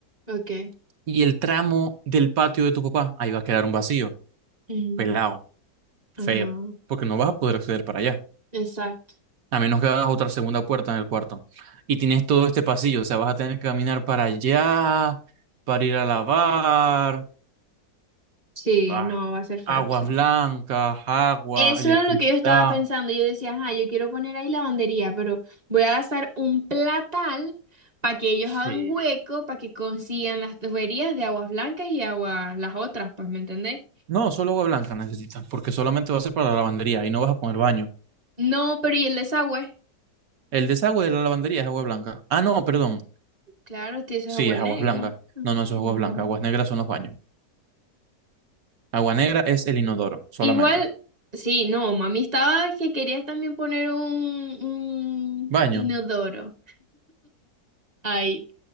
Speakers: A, on the right (about 30°); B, on the right (about 60°).
A: ok.
B: Y el tramo del patio de tu papá, ahí va a quedar un vacío,
A: ujú,
B: pelado, feo,
A: Ajá.
B: porque no vas a poder acceder para allá.
A: Exacto.
B: A menos que hagas otra segunda puerta en el cuarto. Y tienes todo este pasillo, o sea, vas a tener que caminar para allá, para ir a lavar,
A: Sí,
B: ah,
A: no, va a ser
B: aguas
A: feo.
B: blancas, agua,
A: Eso
B: electricidad.
A: era lo que yo estaba pensando. Yo decía, ajá, yo quiero poner ahí lavandería, pero voy a gastar un platal para que ellos
B: Sí.
A: hagan hueco, para que consigan las tuberías de aguas blancas y aguas, las otras, pues, ¿me entendéis?
B: No, solo agua blanca necesitas, porque solamente va a ser para la lavandería y no vas a poner baño.
A: No, pero ¿y el desagüe?
B: El desagüe de la lavandería es agua blanca. Ah, no, perdón.
A: Claro, tío, eso
B: Sí,
A: es agua
B: es
A: negra.
B: agua blanca.
A: Mm,
B: No, no, eso es
A: No.
B: agua blanca. Aguas negras son los baños. Agua negra es el inodoro, solamente.
A: Igual, sí, no, mami estaba que querías también poner un, un
B: Baño,
A: inodoro. ahí.